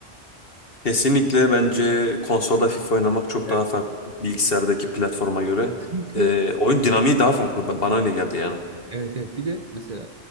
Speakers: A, on the left; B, on the right.
A: Kesinlikle bence konsolda FIFA oynamak çok
B: Evet.
A: daha farklı. Bilgisayardaki platforma göre.
B: Çünkü
A: Ee, oyun dinamiği daha farklı. Ba- Bana öyle geldi yani.
B: Evet evet bir de mesela